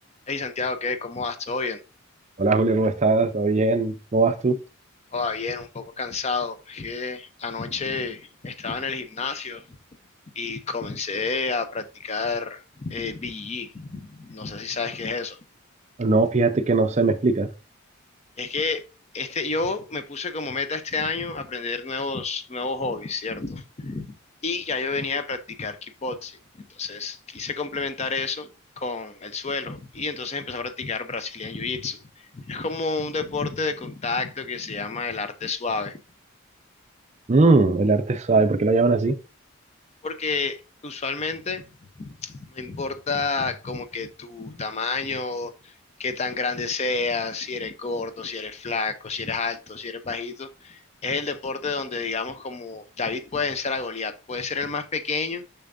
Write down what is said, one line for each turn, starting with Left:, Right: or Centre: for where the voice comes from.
Left: Hey Santiago, ¿qué? ¿Cómo vas? ¿Todo bien?
Right: Hola Julio, ¿cómo estás? ¿Todo bien? ¿Cómo vas tú?
Left: Joda, bien, un poco cansado. Es Que anoche estaba en el gimnasio y comencé a practicar eh, BJJ. No sé si sabes qué es eso.
Right: No, fíjate que no sé, me explicas.
Left: Es que este, yo me puse como meta este año aprender nuevos, nuevos hobbies, ¿cierto? Y ya yo venía de practicar kickboxing. Entonces quise complementar eso con el suelo y entonces empecé a practicar Brazilian Jiu-Jitsu. Es como un deporte de contacto que se llama el arte suave.
Right: Mm, el arte suave, ¿por qué lo llaman así?
Left: porque usualmente no importa como que tu tamaño, qué tan grande seas, si eres gordo, si eres flaco, si eres alto, si eres bajito, es el deporte donde digamos como David puede vencer a Goliat, puede ser el más pequeño